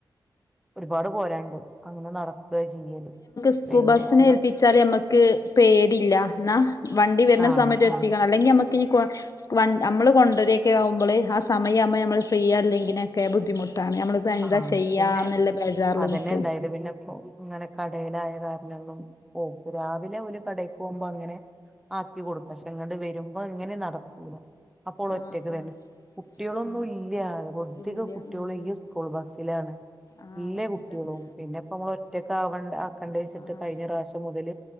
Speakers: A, in the centre; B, on the left.
A: ഒരുപാട് പോരാണ്ട് അങ്ങനെ നടത്ത ചെയ്യല്
B: സ്കൂൾബസിനെ
A: പിന്നെ ഞങ്ങള്
B: ഏൽപ്പിച്ചാല് നമ്മക്ക് പേടില്ല എന്നാ വണ്ടി വരുന്ന
A: ആഹ്
B: സമയത്ത്
A: ആഹ്
B: എത്തിക്കണം അല്ലെങ്കിൽ നമുക്ക്നി <inaudible> നമ്മൾ കൊണ്ടുവരുകയൊക്കെ ആകുമ്പോൾ ആ സമയംകുമ്പൾ നമ്മൾ ഫ്രീ അല്ലെങ്കിനുമൊക്കെ ബുദ്ധിമുട്ട് <unintelligible> ട്ടാണ് നമ്മളിപ്പോ എന്താ
A: ആഹ്
B: ചെയ്യാന്നുല്ല
A: പിന്നെ
B: ബേജാറില്
A: അതന്നെ
B: നിക്കും
A: <inaudible> ഇങ്ങനെ കടേലായതാ രണം <inaudible> പിും പോ ഇ രാവിലെ ഒരു കടക്ക് പോകുമ്പോ അങ്ങനെ ആക്കി കൊടുക്കശങ്ങട് വരും <inaudible> അപ്പൊ ഇങ്ങനെ നടക്കൂല അപ്പോൾ ഒറ്റക്ക്
B: ആഹ്
A: വരണം
B: ആഹ്
A: കുട്ടികളൊന്നും
B: ആഹ്
A: ഇല്ലാ അധികം
B: ഇല്ല
A: കുട്ടികൾ
B: ഉം
A: ഈ. <inaudible> സ്കൂൾ ബസ്സിലാണ്
B: ആഹ്
A: എല്ലാ
B: ബസ്സിലാണ്
A: കുട്ടികളും പിന്നെ ഇപ്പോ നമ്മള് ഒറ്റക്ക് ആവണ്ട നിക്കണട വിചാരിച്
B: ആഹ്
A: കഴിഞ്ഞ പ്രാവശ്യം മുതൽ